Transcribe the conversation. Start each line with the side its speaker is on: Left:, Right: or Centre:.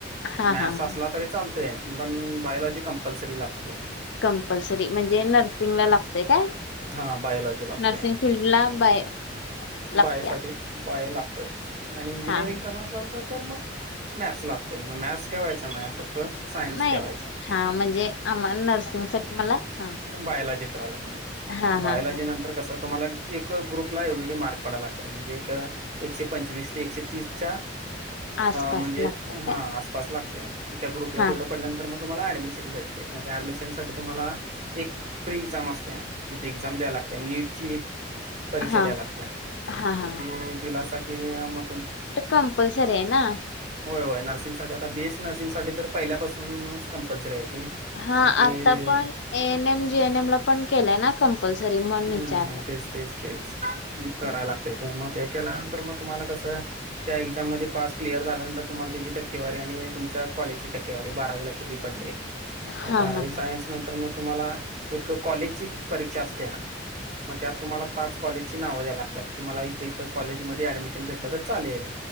Left: हा
Right: मॅथ्स
Left: हा
Right: असला
Left: हा
Right: तरी चालतोय, पण बायोलॉजी कम्पल्सरी लागतोय.
Left: कंपल्सरी म्हणजे नर्सिंगला लागतंय काय?
Right: हा बायोलॉजी लागतंय.
Left: नर्सिंग फील्डला बाय लागत्या
Right: बायोसाठी बायो लागतच आणि इंजिनिअरिंग
Left: हा हा
Right: करणार अस असतं तर मग, मॅथ्स लागतोय. मॅथ्स ठेवायच नाही. फक्त सायन्स
Left: नाही
Right: ठेवायचा.
Left: हा म्हणजे आम्हाला नर्सिंग साठी मला हा
Right: बायलॉजी ठेवावा लागनार.
Left: हा हा
Right: बायोलॉजी
Left: हा
Right: नंतर कसं तुम्हाला एक ग्रुपला एवडडी मार्क पडायलागत्यात एक एकशे पंचवीस ते एकशे तीसच्या
Left: आसपास
Right: म्हणजे,
Left: लागतय
Right: हा
Left: काय
Right: आसपास लागतय त्या ग्रुपला
Left: हा
Right: तेवढं पडन तर मग तुम्हाला ऍडमिशन भेटतेय, मग त्या ऍडमिशनसाठी तुम्हाला एक प्री एक्झाम असत्या मग त एक्झाम द्या लागते नीट ची परीक्षा
Left: हा
Right: द्या लागते.
Left: हा हा
Right: ते दिलासा की मग त
Left: कंपलसरी आहे ना.
Right: होय होय नर्सिंग साठी, आता बीएससी नर्सिंग साठी तर पहिल्यापासूनच कंपल्सरी आहे ती.
Left: हा
Right: मग ते
Left: आता पण ए एनएम जीएनएम ला पण केलंय ना कंपल्सरी म्हण
Right: हम्म
Left: विचारलं.
Right: तेच तेच तेच मग कराव
Left: हम्म.
Right: लागतं. ते मग ते केल्यानंतर मग तुम्हाला कसं त्या एक्झाम मध्ये पास क्लिअर झाल्यानंतर तुम्हाला त्याची टक्केवारी आणि तुमच्या कॉलेजची टक्केवारी बारावीला किती पडले.
Left: हा
Right: मग बारावी
Left: हा
Right: सायन्स नंतर मग तुम्हाला एक कॉलेजची परीक्षा असते. मग त्यात तुम्हाला पास कॉलेजची नाव द्या लागतात की मला इथं इथं कॉलेजमध्ये ऍडमिशन भेटलं तर चालेल